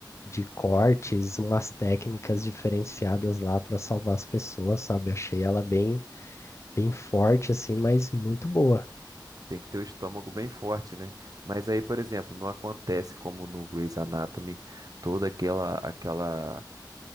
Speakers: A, on the left; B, on the right.
A: de cortes, umas técnicas diferenciadas lá para salvar as pessoas, sabe? Achei ela bem, bem forte, assim, mas muito boa.
B: Tem que ter o estômago bem forte, né? Mas aí, por exemplo, não acontece como no Grey's Anatomy, toda aquela, aquela